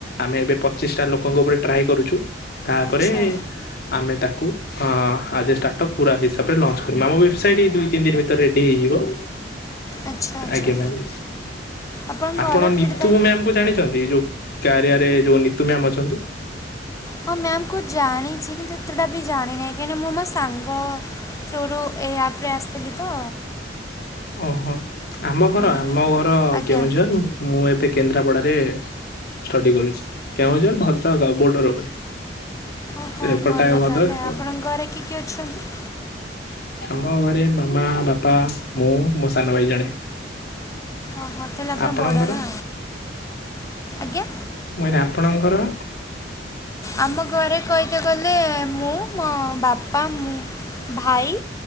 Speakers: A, on the left (about 60°); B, on the left (about 20°).
A: ଆମେ ଏବେ ପଚିଶ ଟା ଲୋକଙ୍କ ଉପରେ ଟ୍ରାଏ କରୁଛୁ ତାପରେ
B: ଆଚ୍ଛା
A: ଆମେ ତାକୁ ହଁ ଆ ଷ୍ଟାର୍ଟ୍ ପୁରା ହିସାବରେ ଲଞ୍ଚ କରିବ ଆମ ୱେବସାଇଟ୍ ଦିଇ ତିନି ଦିନ ଭିତରେ ରେଡି ହେଇଯିବ।
B: ଆଚ୍ଛା ଆଚ୍ଛା
A: ଆଜ୍ଞା ମ୍ୟାମ୍
B: ଆପଣଙ୍କ
A: ଆପଣ
B: ଘର
A: ନିତୁ
B: କେଠି ତାହେଲେ
A: ମ୍ୟାାମ କୁ ଜାଣିଛନ୍ତି ଯୋଉ? କ୍ୟାରିୟାରେ ଯୋଉ ନିତୁ ମ୍ୟାମ୍ ଅଛନ୍ତି।
B: ହଁ ମ୍ୟାମ୍ କୁ ଜାଣିଛି କିନ୍ତୁ ଏତେଟା ବି ଜାଣିିନନାହିଁ କାହିଁକିନା ମୋ ସାଙ୍ଗ ଥ୍ରୋରୁ ଏଇ ଆପ୍ ରେ ଆସିଥିଲି ତ।
A: ଓହୋ ଆମ ଘର
B: ହୁଁ
A: ଆମ ଘର
B: ଆଜ୍ଞା
A: କେଉଁଝର। ମୁଁ ଏବେ କେନ୍ଦ୍ରାପଡାରେ ଷ୍ଟଡି କରୁଛି କେଉଁଝର ଭଦ୍ରକ ବୋର୍ଡର ଉପରେ।
B: ଓହୋ
A: ଏପଟା
B: ଭଲ
A: ଭଦ୍ରକ
B: ତାହେଲେ
A: ସେପଟେ।
B: ଆପଣଙ୍କ ଘରେ କିଏ କିଏ ଅଛନ୍ତି?
A: ଆମ ଘରେ ମାମା ବାପା ମୁଁ ମୋ ସାନ ଭାଇ ଜଣେ
B: ଓହୋ ତାହେଲେ ଆପଣ
A: ଆପଣଙ୍କର
B: ବଡ଼ ନା ଆଜ୍ଞା
A: ମୁି ଆପଣଙ୍କର?
B: ଆମ ଘରେ କହିିକେ ଗଲେ ମୁଁ ମୋ ବାପା ମୁଁ ଭାଇ